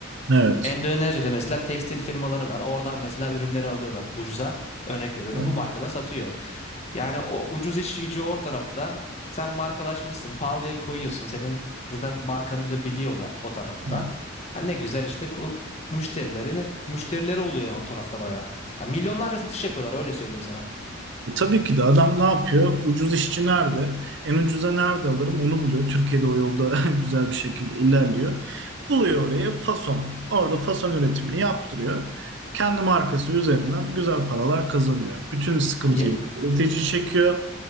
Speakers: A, on the right; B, on the left.
A: Evet.
B: Endonezya'da mesela tekstil firmaları var. Oradan mesela ürünleri alıyorlar ucuza. Örnek veriyorum
A: evet.
B: bu markada satıyor. Yani o ucuz işçi o tarafta. Sen markalaşmışsın, pahalıya koyuyorsun. Senin zaten markanı da biliyorlar o tarafta.
A: Hmm.
B: Ha ne güzel işte ku- müşterilerini müşterileri oluyor yani o tarafta bayağı. Ya milyonlarca satış yapıyorlar öyle söyleyeyim sana.
A: Tabii ki de adam ne yapıyor? Ucuz işçi nerede? En ucuza nerede alırım? Onu buluyor. Türkiye'de o yolda <laughs> güzel bir şekilde ilerliyor. Buluyor oraya fason. Orada fason üretimini yaptırıyor. Kendi markası üzerinden güzel paralar kazanıyor. Bütün sıkıntıyı
B: Ya,
A: üretici çekiyor.